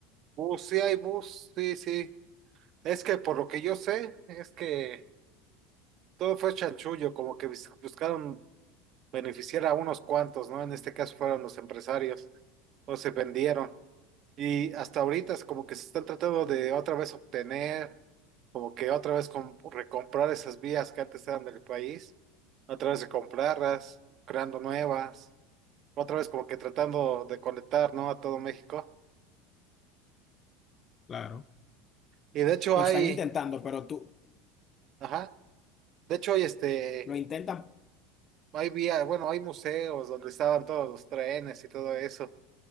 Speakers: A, on the right; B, on the left.
A: Bus, sí hay bus, sí, sí. Es que por lo que yo sé, es que todo fue chanchullo, como que bis- buscaron beneficiar a unos cuantos, ¿no? En este caso fueron los empresarios, o se vendieron. Y hasta ahorita es como que se están tratando de otra vez obtener. como que otra vez com- recomprar esas vías que antes eran del país, otra vez comprarlas, creando nuevas, otra vez como que tratando de conectar, ¿no? A todo México.
B: Claro.
A: Y de hecho
B: Lo
A: hay,
B: están intentando, pero tú
A: ajá, de hecho hay este,
B: lo intentan
A: hay vía, bueno, hay museos donde estaban todos los trenes y todo eso,